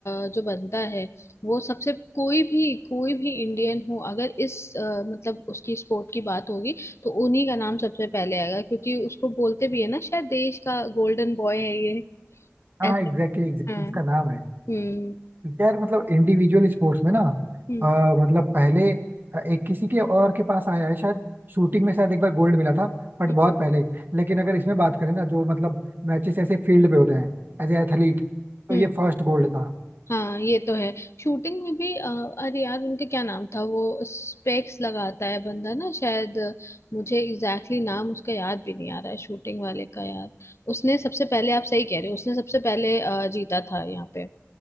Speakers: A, on the left; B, on the right.
A: अ, जो बनता है वो सबसे कोई भी कोई भी इंडियन हो अगर इस अ, मतलब उसकी स्पोर्ट की बात होगी तो उन्हीं का नाम सबसे पहले आएगा क्योंकि उसको बोलते भी है ना शायद देश का गोल्डन बॉय है ये
B: हाँ
A: ऐसे
B: एग्जैक्टली एग्जैक्टली
A: हाँ
B: उसका नाम है
A: हम्म
B: यार मतलब इंडिविजुअल स्पोर्ट्स में ना
A: हम्म
B: अ, मतलब पहले एक किसी के और के पास आया है शायद शूटिंग में शायद एक बार गोल्ड मिला था बट
A: हम्म,
B: बहुत पहले लेकिन अगर इसमें बात करें ना जो मतलब मैचेस ऐसे फील्ड पे होते हैं एज ए एथलीट तो
A: हम्म,
B: ये फर्स्ट गोल्ड था
A: हाँ ये तो है शूटिंग में भी अ, अरे यार उनका क्या नाम था वो स्पेक्स लगाता है बंदा ना शायद अ, मुझे एग्जैक्टली exactly नाम उसका याद भी नहीं आ रहा है शूटिंग वाले का यार उसने सबसे पहले आप सही कह रहे हो उसने सबसे पहले अ, जीता था यहाँ पे